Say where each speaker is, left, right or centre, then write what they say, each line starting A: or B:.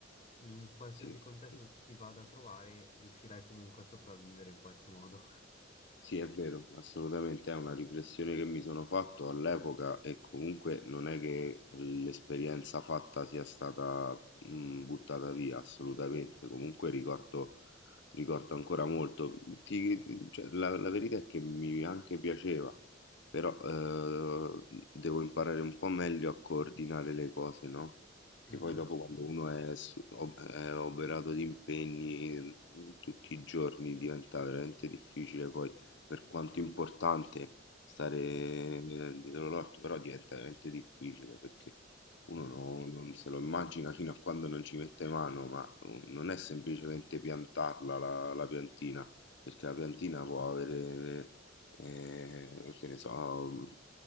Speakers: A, on the left (about 35°); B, on the left (about 65°).
A: in qualsiasi
B: sì.
A: contesto
B: sì.
A: tu ti vada a trovare, riuscirai comunque a sopravvivere in qualche modo. <laughs>
B: Sì, è vero, assolutamente, è una riflessione che mi sono fatto all'epoca e comunque non è che l'esperienza fatta sia stata mm, buttata via, assolutamente, comunque ricordo, ricordo ancora molto. Ti- cioè, la, la verità è che mi anche piaceva, però eh, devo imparare un po' meglio a coordinare le cose, no? Che
A: Mhm,
B: poi dopo quando
A: sì,
B: uno è, su- ob- è oberato di impegni tutti i giorni diventa veramente difficile poi per quanto importante stare eh,
A: eh sì.
B: dietro l'orto, però diventa veramente difficile perché uno
A: Mm.
B: non, non se lo immagina fino a quando non ci mette mano, ma eh, non è semplicemente piantarla la, la piantina, perché la piantina può avere, eh, che ne so, mh,